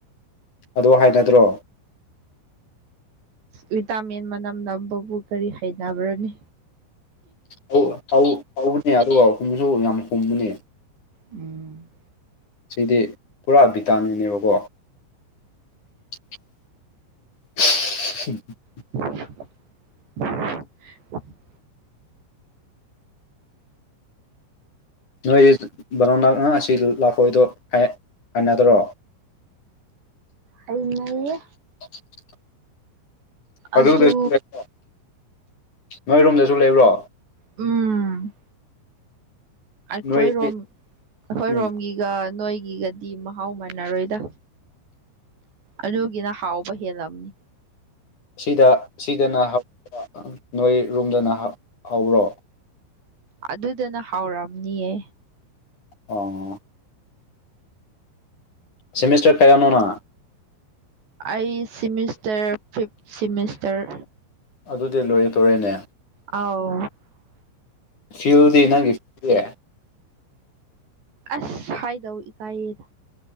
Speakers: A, on the left; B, on the right.
A: ꯑꯗꯣ ꯍꯥꯏꯅꯗ꯭ꯔꯣ
B: ꯚꯤꯇꯥꯃꯤꯟ ꯃꯅꯝ ꯅꯝꯕꯕꯨ ꯀꯔꯤ ꯍꯩꯅꯕ꯭ꯔꯅꯤ
A: ꯍꯧ ꯍꯧ ꯍꯧꯕꯅꯦ ꯑꯗꯨꯒ ꯍꯨꯝꯁꯨ ꯌꯥꯝ ꯍꯨꯝꯕꯅꯦ
B: ꯎꯝ
A: ꯁꯤꯗꯤ ꯄꯨꯔꯥ ꯚꯤꯇꯥꯃꯤꯟꯅꯦꯕꯀꯣ <unintelligible>
B: <unintelligible>
A: ꯅꯣꯏ ꯕꯅꯣꯅꯥ ꯉꯥ ꯑꯁꯤ ꯂꯥꯐꯣꯏꯗꯣ ꯍꯩꯅꯗꯔꯣ
B: ꯍꯩꯅꯌꯦ
A: <unintelligible> ꯑꯗꯨꯗꯁꯨ
B: ꯑꯗꯨ
A: ꯂꯩꯕ ꯅꯣꯏꯔꯣꯝꯗꯁꯨ ꯂꯩꯕ꯭ꯔꯣ
B: ꯎꯝ ꯑꯩꯈꯣꯏꯔꯣꯝ
A: ꯅꯣꯏꯒꯤ
B: ꯑꯩꯈꯣꯏꯔꯣꯝꯒꯤꯒ
A: ꯎꯝ
B: ꯅꯣꯏꯒꯤꯒꯗꯤ ꯃꯍꯥꯎ ꯃꯥꯟꯅꯔꯣꯏꯗ ꯑꯗꯨꯒꯤꯅ ꯍꯥꯎꯕ ꯍꯦꯜꯂꯝꯅꯤ
A: ꯁꯤꯗ ꯁꯤꯗꯅ ꯍꯥꯎꯕꯔꯣ ꯅꯣꯏ ꯔꯨꯝꯗꯅ ꯍꯧꯕꯔꯣ
B: ꯑꯗꯨꯗꯅ ꯍꯥꯎꯔꯝꯅꯤꯌꯦ
A: ꯑꯣ ꯁꯦꯃꯤꯁꯇꯔ ꯀꯌꯥꯅꯣ ꯅꯪ
B: ꯑꯩ ꯁꯤꯃꯤꯁꯇꯔ ꯐꯤꯞ ꯁꯤꯃꯤꯁꯇꯔ
A: ꯑꯗꯨꯗꯤ ꯂꯣꯏꯔꯦ ꯇꯣꯏꯔꯦꯅꯦ
B: ꯑꯥꯎ
A: ꯐꯤꯜꯗꯤ ꯅꯪꯒꯤ ꯐꯦ
B: ꯑꯁ ꯍꯥꯏꯗꯧ ꯏꯀꯥꯏꯌꯦꯗ